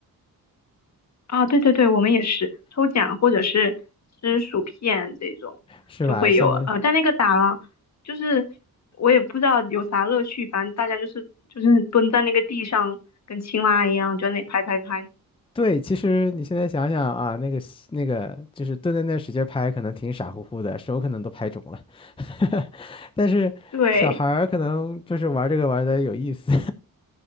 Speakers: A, on the left; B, on the left.
A: 啊，对对对，我们也是抽奖或者是吃薯片这种就会有，
B: 是吧？校门。
A: 呃，但那个打了，就是我也不知道有啥乐趣，反正大家就是就是蹲在那个地上，跟青蛙一样，就在那里拍拍拍。
B: 对，其实你现在想想啊，那个那个就是蹲在那使劲拍，可能挺傻乎乎的，手可能都拍肿了。<laughs> 但是小孩儿可能就是玩这个玩的有意思。
A: 对，
B: <laughs>